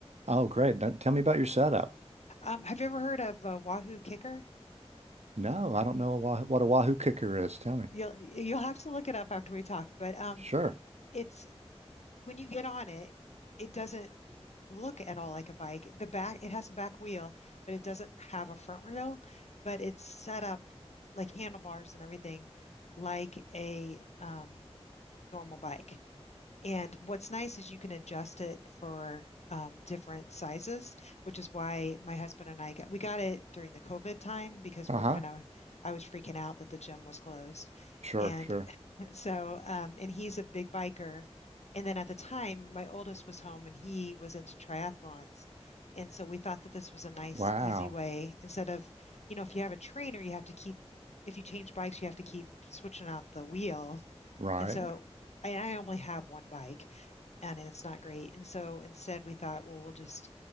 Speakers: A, on the right (about 80°); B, on the left (about 80°).
A: Oh, great. Now, tell me about your setup.
B: Um, have you ever heard of a Wahoo Kicker?
A: No, I don't know wha- what a Wahoo cooker is. Tell me.
B: You'll you'll have to look it up after we talk, but um
A: Sure.
B: it's when you get on it, it doesn't look at all like a bike. The back, it has a back wheel, but it doesn't have a front wheel, but it's set up like handlebars and everything like a um, normal bike. And what's nice is you can adjust it for um, different sizes, which is why my husband and I got we got it during the COVID time because
A: Uh-huh.
B: we were kind of I was freaking out that the gym was closed,
A: Sure,
B: and
A: sure.
B: <laughs> so um, and he's a big biker, and then at the time my oldest was home and he was into triathlons, and so we thought that this was a nice
A: Wow.
B: easy way instead of you know if you have a trainer you have to keep if you change bikes you have to keep switching out the wheel.
A: Right.
B: And so and I only have one bike and it's not great. And so instead we thought, well, we'll just